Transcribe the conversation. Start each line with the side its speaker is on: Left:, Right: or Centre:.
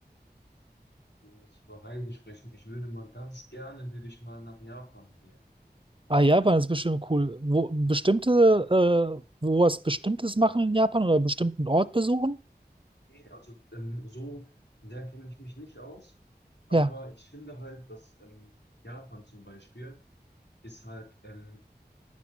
Left: wo wir jetzt über Reisen sprechen, ich würde mal ganz gerne, würde ich mal nach Japan gehen.
Right: Ah, Japan ist bestimmt cool. Wo bestimmte, äh, wo was Bestimmtes machen in Japan oder bestimmten Ort besuchen?
Left: Nee, also ähm, so sehr kenne ich mich nicht aus, aber
Right: Ja.
Left: ich finde halt, dass ähm, Japan zum Beispiel ist halt, ähm,